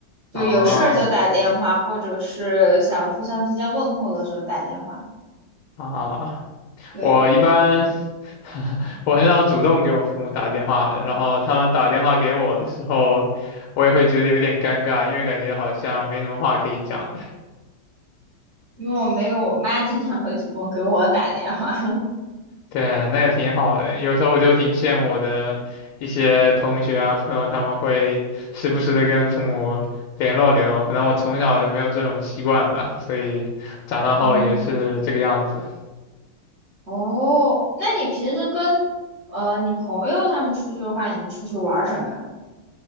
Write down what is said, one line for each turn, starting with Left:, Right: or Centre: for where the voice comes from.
Right: 就有事儿就打电话，
Left: 啊
Right: 或者是想互相之间问候的时候打电话。
Left: 啊，
Right: 对，
Left: 我一般 <laughs> 我很少主动给我父母打电话，然后他们打电话给我的时候，我也会觉得有点尴尬，因为感觉好像没什么话可以讲的。
Right: 因为我没有我妈经常会主动给我打电话。
Left: 对，那也挺好的。有时候我就挺羡慕我的一些同学啊、朋友，他们会时不时的跟父母联络联络。可能我从小就没有这种习惯吧，所以长大后也是这个样子。
Right: <laughs> 嗯。哦，那你平时跟呃你朋友他们出去的话，你们出去玩儿什么呀？